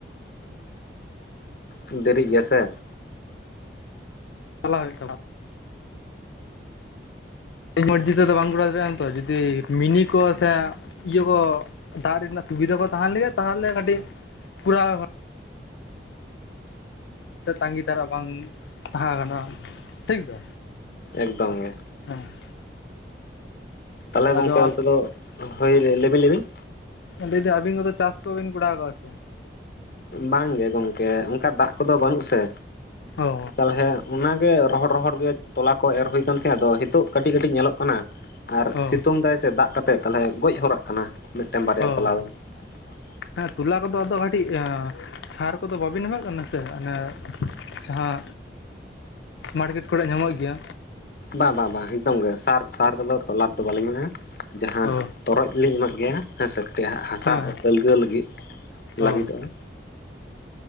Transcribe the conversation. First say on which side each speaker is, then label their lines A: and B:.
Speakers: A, on the left (about 55°); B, on the left (about 85°).
A: ᱫᱮᱨᱤᱜ ᱜᱮᱭᱟ ᱥᱮ᱾
B: ᱛᱚᱞᱟ ᱦᱩᱭ ᱠᱟᱲᱟᱵ ᱢᱚᱱᱢᱚᱨᱡᱤᱱ ᱵᱟᱝ ᱠᱚᱲᱟᱣ ᱫᱟᱲᱮᱭᱟᱜᱼᱟ ᱛᱚ ᱡᱩᱫᱤ ᱢᱤᱱᱤ ᱠᱚ ᱥᱮ ᱤᱭᱟᱹ ᱠᱚ ᱫᱟᱜ ᱨᱮᱱᱟᱜ ᱥᱩᱵᱤᱫᱷᱟ ᱠᱚ ᱛᱟᱸᱦᱮᱱ ᱞᱟᱹᱜᱤᱫ ᱛᱟᱦᱚᱞᱮ ᱠᱟᱹᱴᱤᱡ ᱯᱩᱨᱟᱣ ᱛᱟᱺᱜᱤ ᱛᱟᱨᱟᱜ ᱵᱟᱝ ᱛᱟᱦᱮᱸ ᱜᱟᱱᱚᱜ-ᱟ ᱴᱷᱤᱠ ᱫᱚ᱾
A: ᱮᱠᱫᱚᱢ ᱜᱮ᱾
B: ᱦᱮᱸ
A: ᱛᱟᱦᱚᱞᱮ ᱜᱚᱢᱠᱮ
B: ᱟᱫᱚ
A: ᱚᱱᱛᱮ ᱫᱚ ᱦᱳᱭ ᱞᱟᱹᱭᱵᱤᱱ-ᱞᱟ. ᱭᱵᱤᱱ᱾
B: ᱞᱟᱹᱭ ᱫᱟᱹᱧ ᱟᱵᱤᱱ ᱠᱚᱫᱚ ᱪᱟᱥ ᱠᱚᱵᱤᱱ ᱠᱚᱲᱟᱣ ᱟᱠᱟᱫᱼᱟ ᱥᱮ
A: ᱵᱟᱝ ᱜᱮ ᱜᱚᱝᱠᱮ ᱚᱱᱠᱟ ᱫᱟᱜ ᱠᱚᱫᱚ ᱵᱟᱹᱱᱩᱜ ᱥᱮ
B: ᱚ
A: ᱛᱟᱦᱚᱞᱮ ᱚᱱᱟᱜᱮ ᱨᱚᱦᱚᱲ-ᱨᱚᱦᱚᱲ ᱜᱮ ᱛᱚᱞᱟ ᱠᱚ ᱮᱨ ᱦᱩᱭ ᱠᱟᱱ ᱛᱟᱦᱮᱸᱱᱟ ᱟᱫᱚ ᱱᱤᱛᱚᱜ ᱠᱟᱹᱴᱤᱡ-ᱠᱟᱹᱴᱤᱡ ᱧᱮᱞᱚᱜ ᱠᱟᱱᱟ᱾ ᱟᱨ ᱥᱤᱛᱩᱝ
B: ᱚ
A: ᱫᱟᱭ ᱥᱮ ᱫᱟᱜ ᱠᱟᱛᱮᱫ ᱛᱟᱦᱞᱮ ᱜᱚᱡ ᱦᱚᱨᱟᱜ ᱠᱟᱱᱟ᱾ ᱢᱤᱫᱴᱮᱱ ᱵᱟᱨᱭᱟ
B: ᱚᱻ
A: <inaudible>
B: ᱦᱮᱸ ᱛᱩᱞᱟ ᱠᱚᱫᱚ ᱟᱫᱚ ᱠᱟᱹᱴᱤᱡ ᱥᱟᱨ ᱠᱚᱫᱚ ᱵᱟᱹᱵᱤᱱ ᱮᱢᱟᱜ ᱠᱟᱱᱟ ᱥᱮ ᱚᱱᱮ ᱡᱟᱦᱟᱸ ᱢᱟᱨᱠᱮᱴ ᱠᱚᱨᱮ ᱧᱟᱢᱚᱜ ᱜᱮᱭᱟ᱾
A: ᱵᱟᱝ ᱵᱟᱝ ᱵᱟᱝ ᱮᱠᱫᱚᱢ ᱜᱮ ᱥᱟᱨ ᱥᱟᱨ ᱠᱚᱫᱚ ᱛᱚᱞᱟ ᱨᱮ ᱫᱚ ᱵᱟᱞᱤᱧ ᱮᱢᱟᱜᱼᱟ ᱡᱟᱦᱟᱸ
B: ᱚ
A: ᱛᱚᱨᱚᱡ ᱞᱤᱧ ᱮᱢᱟᱜ ᱜᱮᱭᱟ ᱦᱮᱸ ᱥᱮ ᱠᱟᱹᱴᱤᱡ ᱦᱟᱸᱥᱟ
B: ᱦᱮᱸ ᱦᱮᱸ
A: ᱟᱹᱞᱜᱟᱹᱣ ᱞᱟᱹᱜᱤᱫ ᱞᱟᱹᱵᱤᱫᱚᱜᱼᱟ᱾
B: ᱚ